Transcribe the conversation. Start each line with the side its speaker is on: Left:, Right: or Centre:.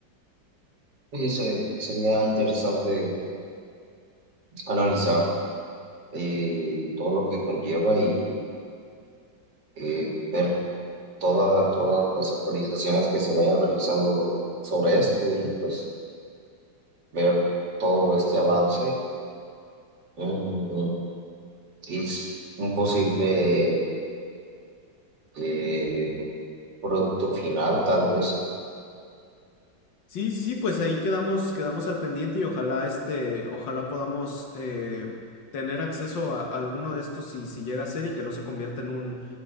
Right: Sí, se- sería interesante analizar eh, todo lo que conlleva y eh, ver toda- todas las actualizaciones que se vayan realizando sobre esto y pues ver todo este avance mm, y s- un posible eh, producto final tal vez.
Left: Sí, sí, sí, pues ahí quedamos, quedamos al pendiente y ojalá este, ojalá podamos eh, tener acceso a, a alguno de estos si, si llega a ser y que no se convierta en un,